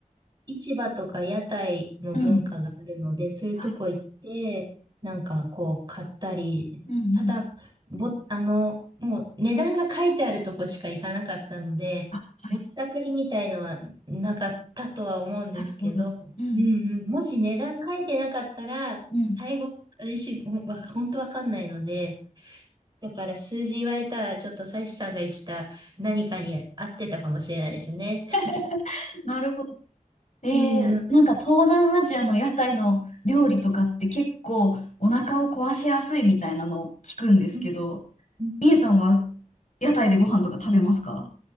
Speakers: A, on the right (about 30°); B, on the left (about 55°).
A: 市場とか屋台の文化があるので、
B: うん
A: そういうとこ行って、
B: はい。
A: なんかこう買ったり、
B: うんうん。
A: ただ、ぼ、あの、もう値段が書いてあるとこしか行かなかったので、
B: あ、はい。
A: ぼったくりみたいのはなかったとは思うんですけど、
B: なるほど。うん
A: うんうん、もし値段書いてなかったら、
B: うん。
A: タイ語、私、ほんわ本当わかんないので、だから数字言われたら、ちょっとサイスさんが言ってた何かに合ってたかもしれないですね。<laughs>
B: <laughs>
A: ちょ
B: なるほど。えー、
A: うんうん。
B: なんか東南アジアの屋台の料理とかって結構お腹を壊しやすいみたいなのを聞くんですけど、
A: うんうん
B: みえさんは屋台でご飯とか食べますか